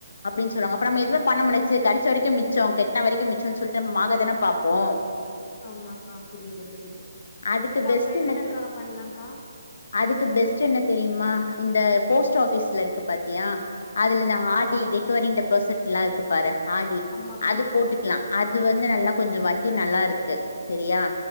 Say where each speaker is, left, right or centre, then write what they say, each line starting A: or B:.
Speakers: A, on the left; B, on the left.
A: அப்டின் சொல்லவாங்க அப்ப நம்ம எதுமே பண்ண முடியாச்சு கெடச்ச வரிக் கோ மிச்சோ கெட்ன வரிக்கு மிச்சோன் சொல்ட்டு வாங்க தான பாப்போ
B: ஆமாக்கா புரியுது புரியுது
A: அதுக்கு
B: சோ
A: பெஸ்ட்
B: அப்ப எதுலக்கா
A: என்ன
B: பண்லாக்கா
A: அதுக்கு பெஸ்ட் என்ன தெரியுமா இந்த போஸ்ட் ஆஃபீஸ்ல இருக்கு பாத்தியா அதுல
B: ஆமாக்கா
A: இந்த ஆர் டி ரெக்குவரிங் டெப் பாசிட் ல்லா இருக்கு பாரு ஆர் டி
B: ஆமாக்கா
A: அது போட்டுக்லா அது வந்து நல்லா கொஞ்ச வட்டி நல்லா இருக்கு சேரியா